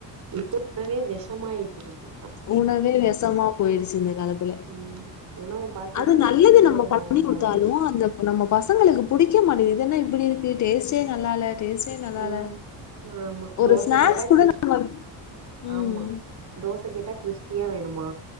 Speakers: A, on the right; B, on the left.
A: இப்ப உணவே வெஷமாயிட்ருக்கு
B: உணவே வெசமா போயிருச்சி இந்த காலத்துல
A: ம் உணவு பாத்து
B: அது
A: எடுத்துக்கிட்டாலே
B: நல்லது
A: நோய்
B: நம்ப
A: வராதுன்றாங்க
B: பண்ணி குடுத்தாலும் அந்த நம்ப பசங்களுக்கு புடிக்க மாட்டிங்குது இது என்ன இப்புடி இருக்கு டேஸ்ட்டே நல்லால்ல டேஸ்டே நல்லால
A: ம் ஆமா
B: ஒரு
A: தோச
B: ஸ்நாக்ஸ்
A: கேட்டா
B: கூட
A: கிறிஸ்
B: நம்ம உம்
A: ஆமா தோச கேட்டா க்ரிஸ்பியா வேணுமா